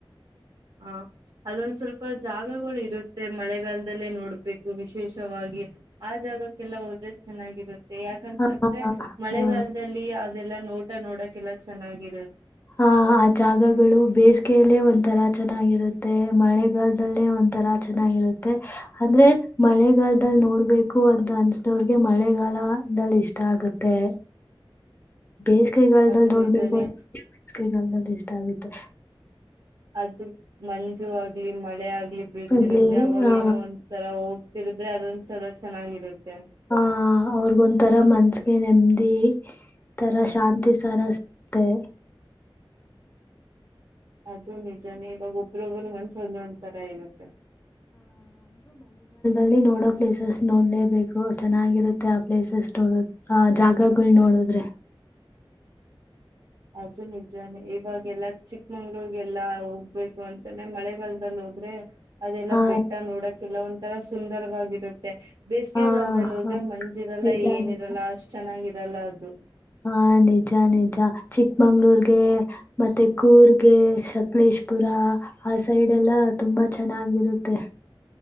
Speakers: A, on the right (about 60°); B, on the left (about 25°).
A: ಹ ಅದೊಂದ ಸ್ವಲ್ಪ ಜಾಗಗಳು ಇರುತ್ತೆ ಮಳೆಗಾಲದಲ್ಲೇ ನೋಡ್ಬೇಕು ವಿಶೇಷವಾಗಿ ಆ ಜಾಗಕ್ಕೆಲ್ಲ ಹೋದ್ರೆ ಚೆನ್ನಾಗಿರು ಯಾಕಂತಂದ್ರೆ
B: ಹಾ ಹಾ
A: ಮಳೆಗಾಲದಲ್ಲಿ
B: ಹಾ
A: ಅದೆಲ್ಲಾ ನೋಟ ನೋಡಕೆಲ್ಲ ಚೆನ್ನಾಗಿರ
B: ಹ ಆ ಜಾಗಗಳು ಬೇಸಿಗೆಯಲ್ಲೇ ಒಂಥರ ಚೆನ್ನಾಗಿರುತ್ತೆ ಮಳೆಗಾಲದಲ್ಲಿ ಒಂಥರ ಚೆನ್ನಾಗಿರುತ್ತೆ ಅಂದ್ರೆ ಮಳೆಗಾಲದಲ್ಲಿ. ನೋಡ್ಬೇಕು ಅಂತ ಅನ್ಸ್ದವ್ರಿಗೆ ಮಳೆಗಾಲದಲ್ಲಿ ಇಷ್ಟ ಆಗುತ್ತೆ. ಬೇಸಿಗೆ ಗಾಲದಲ್ಲ
A: ಅದು
B: ನೋಡ್ಬೇಕು
A: ನಿಜಾನೇ
B: <unintelligible> ಬೇಸಿಗೆ ಗಾಲದಲ್ಲು ಇಷ್ಟ ಆಗುತ್ತೆ.
A: ಅದು ಮಂಜು ಆಗ್ಲಿ ಮಳೆ ಆಗ್ಲಿ ಬಿಳತಿರುತ್ತೆ
B: ಅಲ್ಲಿ
A: ಅವಾಗ
B: ಆ
A: ಏನೋ ಒಂದ್ಸಲ ಹೋಗ <unintelligible> ಅದೊಂದ ಸಲ ಚೆನ್ನಾಗಿರುತ್ತ.
B: ಹ ಅವ್ರಗ ಒಂಂತರ ಮನ್ಸಗೆ ನೆಮ್ ದಿ ತರ ಶಾಂತಿ ಸರ ಸಿಗುತೆ.
A: ಅದು ನಿಜಾನೇ ಇವಾಗ ಒಬ್ಬಗ ಒಳಗಡೆ ಮನಸ್ ಒಂದ್ ತರ ಇರುತ್ತೆ.
B: ಲ್ಲಿ ನೋಡೋ ಪ್ಲೇಸಸ್ ನೋಡ್ಲೇಬೇಕು ಚೆನ್ನಾಗಿರುತ್ತೆ ಆ ಪ್ಲೇಸಸ್ ನೋಡೋ ಆ ಜಾಗಗಳು ನೋಡ ನೋಡುದ್ರೆ.
A: ಅದು ನಿಜಾನೇ ಇವಾಗೆಲ್ಲಾ ಚಿಕ್ಕಮಂಗ್ಳೂರ್ಗೆಲ್ಲಾ ಹೋಗ್ಬೇಕು ಅಂತಾನೆ ಮಳೆಗಾಲದಲ್ಲಿ ಹೋ ದ್ರೆ ಅದೆಲ್ಲಾ
B: ಆ
A: ಬೆಟ್ಟ ನೋಡಕಲ್ಲ ಒಂಂತರ ಸುಂದರವಾಗಿರುತ್ತೆ. ಬೇಸಿಗೆಗಲ್ದಲ್ಲಿ
B: ಆ
A: ಹೋದ್ರೆ
B: ಆ
A: ಮಂಜಿರಲ್ಲ
B: ನಿಜ
A: ಏನಿರಲ್ಲ
B: ನಿಜ
A: ಅಷ್ಟ್ ಚೆನ್ನಾಗಿರಲ್ಲ ಅದು.
B: ಹಾ ನಿಜ ನಿಜ ಚಿಕ್ಕಮಂಗಳೂರಿಗೆ ಮತ್ತೆ ಕೂರ್ಗೆ ಸಕಲೇಶ ಪುರಾ ಆ ಸೈಡ್ ಎಲ್ಲಾ ತುಂಬಾ ಚೆನ್ನಾಗಿರುತ್ತೆ.